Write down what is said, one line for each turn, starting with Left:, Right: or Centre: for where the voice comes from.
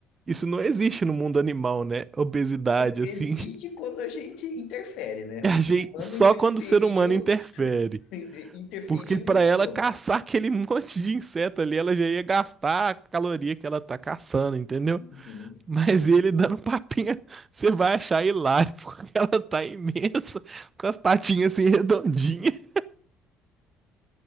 Right: isso não existe no mundo animal, né? Obesidade,
Left: Existe
Right: assim. <laughs>
Left: quando a gente interfere, né?
Right: Eu
Left: O ser
Right: achei
Left: humano
Right: só
Left: interferiu,
Right: quando o ser humano interfere.
Left: <laughs> interferimos,
Right: Porque para ela
Left: pronto.
Right: caçar aquele <laughs> monte de inseto ali, ela já ia gastar a caloria que ela tá caçando, entendeu?
Left: Uhum.
Right: Mas ele dando papinha, você vai achar hilário, <laughs> porque ela tá imensa, com as patinhas assim redondinhas.